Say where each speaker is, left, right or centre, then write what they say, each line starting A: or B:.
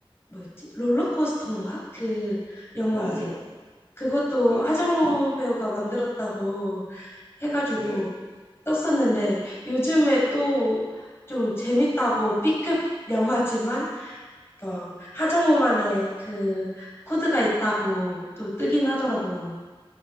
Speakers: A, on the left; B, on the left.
A: 뭐였지? 롤러코스터인가? 그 영화
B: 맞아요.
A: 아세요? 그것도
B: 네네,
A: 하정우
B: 네.
A: 배우가 만들었다고 해가지고
B: 네.
A: 떴었는데, 요즘에 또 좀 재밌다고 B급 영화지만, 막 하정우만의 그 코드가 있다고 또 뜨긴 하더라고요.